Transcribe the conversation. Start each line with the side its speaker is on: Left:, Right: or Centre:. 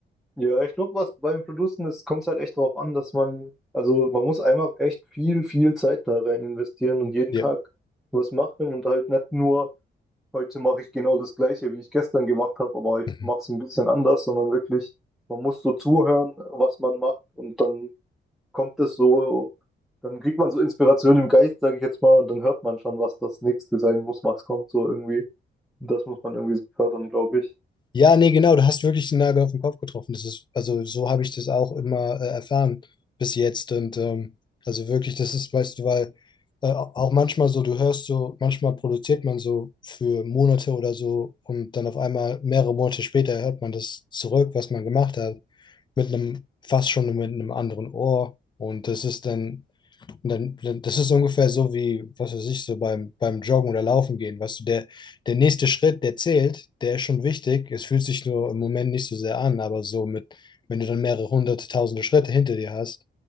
Centre: Ja, ich glaube, was beim Producen ist, kommt es halt echt darauf an, dass man, also man muss einfach echt viel, viel Zeit da rein investieren und jeden
Left: ja.
Centre: Tag was machen und halt nicht nur, heute mache ich genau das Gleiche, wie ich gestern gemacht habe, aber ich
Left: Mhm.
Centre: mache es ein bisschen anders, sondern wirklich, man muss so zuhören, was man macht und dann kommt es so, dann kriegt man so Inspiration im Geist, sage ich jetzt mal, und dann hört man schon, was das nächste sein muss, was kommt so irgendwie. Und das muss man irgendwie so fördern, glaube ich.
Left: Ja, nee, genau, du hast wirklich den Nagel auf den Kopf getroffen. Das ist, also so habe ich das auch immer äh, erfahren bis jetzt. Und ähm, also wirklich, das ist, weißt du, weil äh, auch manchmal so, du hörst so, manchmal produziert man so für Monate oder so und dann auf einmal mehrere Monate später hört man das zurück, was man gemacht hat, mit einem, fast schon mit einem anderen Ohr. Und das ist dann und dann, dann, das ist ungefähr so wie, was weiß ich, so beim, beim Joggen oder Laufen gehen. Weißt du, der, der nächste Schritt, der zählt, der ist schon wichtig. Es fühlt sich nur im Moment nicht so sehr an, aber so mit, wenn du dann mehrere hunderte, tausende Schritte hinter dir hast,